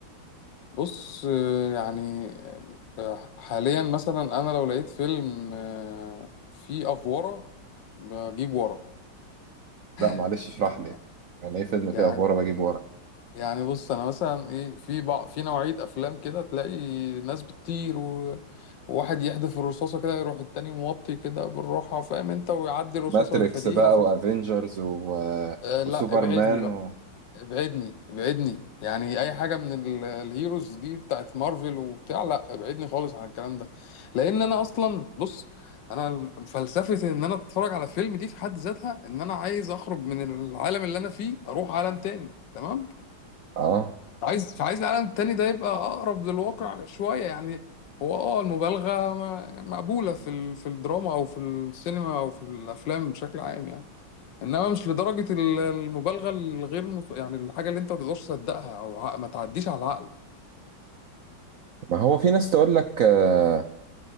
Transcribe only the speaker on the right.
لا معلش
اشرح لي يعني ايه فيلم فيه
افواره بجيب ورا
ماتريكس
بقى
وافنجرز و...
وسوبرمان
و...
اه
ما هو في ناس تقول لك آه